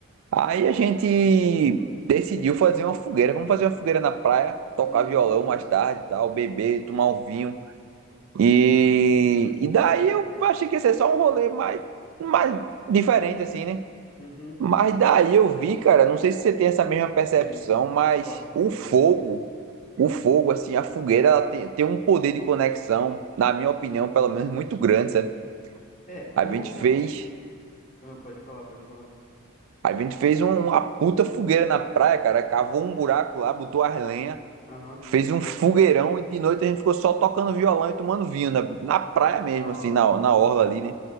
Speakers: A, on the right (about 65°); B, on the left (about 35°).
A: Aí a gente decidiu fazer uma fogueira. Vamos fazer uma fogueira na praia, tocar
B: Uhum,
A: violão
B: uhum,
A: mais tarde e tal, beber, tomar um vinho. E, e daí eu achei que ia ser só um rolê mais, mais diferente, assim, né?
B: uhum.
A: Mas daí eu vi, cara, não sei se você tem essa mesma percepção,
B: Tenho.
A: mas
B: Gosto de
A: o
B: fogueira.
A: fogo o fogo, assim, a fogueira, ela tem, tem um poder de conexão, na minha opinião, pelo menos, muito grande, sabe?
B: É,
A: A
B: eu
A: gente
B: não coloco.
A: fez,
B: Ah, pode falar, pode falar.
A: a gente fez um- uma puta fogueira na praia, cara, cavou um buraco lá, botou as lenhas,
B: Aham.
A: fez um fogueirão e de noite a gente ficou só tocando violão e tomando vinho, na, na praia
B: Da
A: mesmo, assim,
B: hora,
A: na, na
B: da
A: orla
B: hora.
A: ali, né?